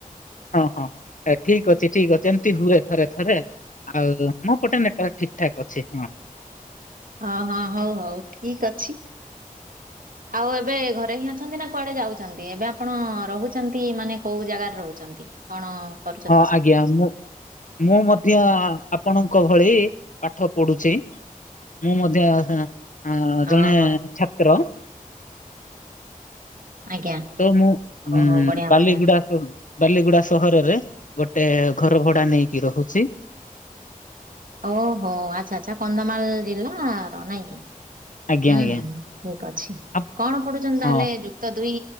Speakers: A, on the left; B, on the right.
A: ହଁ ହଁ ଏ ଠିକ ଅଛି ଠିକ ଅଛି। ଏମିତି ହୁଏ ଥରେ ଥରେ। ଆଉ ମୋ ପଟେ ନେଟୱାର୍କ ଠିକ ଠାକ ଅଛି ହଁ।
B: ଅହଁ ହୋଉ ହୋଉ ଠିକ ଅଛି। ଆଉ ଏବେ ଘରେ ହିଁ ଅଛନ୍ତି ନା କୁଆଡେ ଯାଉଛନ୍ତି ଏବେ ଆପଣ ରହୁଛନ୍ତି ମାନେ କୋଉ ଜାଗାରେ ରହୁଛନ୍ତି? କଣ କରୁଛନ୍ତି
A: ହଁ
B: ସେଠି?
A: ଆଜ୍ଞା ମୁଁ ମୁଁ ମଧ୍ୟ ଆପଣଙ୍କ ଭଳି ପାଠ ପଢୁଛି। ମୁଁ ମଧ୍ୟ ଆ ଆଁ ଜଣେ
B: ଓହୋ।
A: ଛାତ୍ର।
B: ଆଜ୍ଞା
A: ତ ମୁଁ ଉଁ
B: ଓହୋ ବଢିଆ
A: ବାଲିଗୁଡାକ
B: ବଢିଆ
A: ବାଲିଗୁଡା ସହରରେ ଗୋଟେ ଘର ଭଡା ନେଇକି ରହୁଛି।
B: ଓହୋ ଆଛା ଆଛା କନ୍ଧମାଳ ଜିଲ୍ଲାର ନାଇଁ କିି?
A: ଆଜ୍ଞା
B: ହୁଁ
A: ଆଜ୍ଞା
B: ହୁଁ ହୁଁ ଠିକ ଅଛି
A: ଆପ-
B: କଣ ପଡୁଛନ୍ତି
A: ହଁ
B: ତାହେଲେ ଯୁ ଯୁକ୍ତ ଦୁଇ